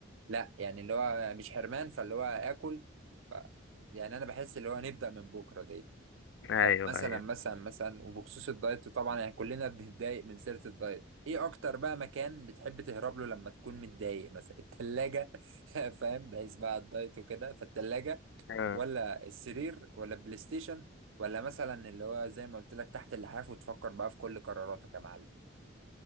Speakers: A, on the right; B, on the left.
A: لا يعني اللي هو مش حرمان فاللي هو اكل ف يعني انا بحس اللي هو نبدا من بكره دي
B: ايوه
A: طب مثلا
B: ايوه
A: مثلا مثلا وبخصوص الدايت طبعا يعني كلنا بنتضايق من سيرة الدايت ايه اكتر بقى مكان بتحب تهرب له لما تكون متضايق مثلا التلاجة <laughs> فاهم بحيث بقى الدايت وكده فالتلاجة
B: آه.
A: ولا السرير ولا البلاي ستيشن ولا مثلا اللي هو زي ما قلت لك تحت اللحاف وتفكر بقى في كل قراراتك يا معلم